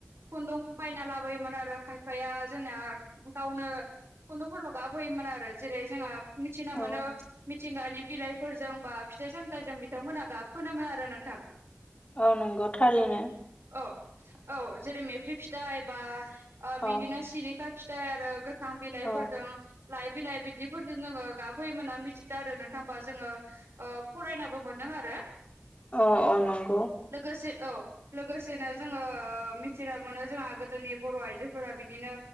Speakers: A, on the right; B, on the left.
A: खुन्दुं बायना लाबोयोमोन आरो खायफाया जोंना गावनो खुन्दुंफोरखौ गाबहोयोमोन आरो जेरै जोंहा मिथिना
B: औ
A: मोनो मिथिंगानि बिलाइफोरजों बा फिथाइ सामथाइजों बिथांमोनहा गाबफोनोमोन आरो नोंथां
B: औ नंगौ थारैनो
A: औ औ जेरै मेफ्रि फिथाइ बा ओ
B: औ
A: बिदिनो सिलि खा फिथाइ आरो गोथां बिलाइफोरजों
B: औ
A: लाइ बिलाइ बिदिफोरजों जोङो गाबहोयोमोनना मिथिदों आरो नोंथाङां होमबा जोङो ओ फरायनाबो मोनदों आरो
B: अ अ नंगौ
A: लोगोसे औ लोगोसेनो जोङो मिथिनो मोनो जोंहा गोदोनि बर' आइजोफोरा बिदिनो